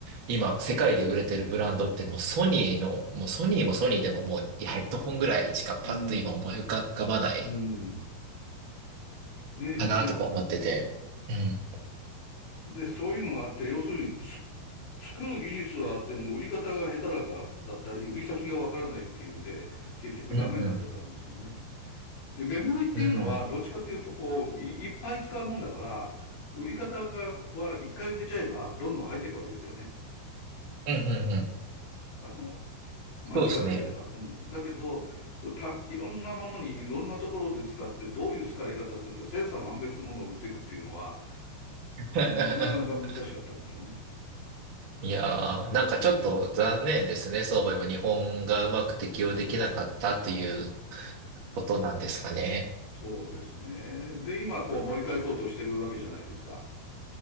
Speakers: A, on the right; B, on the left.
A: 今、世界で売れてるブランドってもうソニーの、もうソニーもソニーでももういやヘッドホンぐらいしかパッと今思い浮か、
B: うん、
A: 浮かばない
B: うん。ねで、
A: かなとか思ってて。うん。
B: で、そういうのがあって、要するにつ、作る技術はあっても、売り方が下手だか、だったり、売り先がわからないっていうんで、結局ダメになっちゃったんですよね。
A: うんうん。
B: で、メモリっていうのは、
A: うん。
B: どっちかというと、こう、い、いっぱい使うもんだから、売り方が、は一回売れちゃえば、どんどん入っていくわけですよね。
A: うんうんうん。
B: あの、間違わなければ。
A: そうですね。
B: うん。だけど、そうた、いろんなものにいろんなところで使って、どういう使い方すると、千差万別のものを売っていくっていうのは、
A: <laughs>
B: なかなか難しかったんでしょうね。
A: いやー、
B: うん。
A: なんかちょっと残念ですね。そう思えば日本がうまく適用できなかったということなんですかね。
B: そうですね。で、今こう盛り返そうとしてるわけじゃないですか。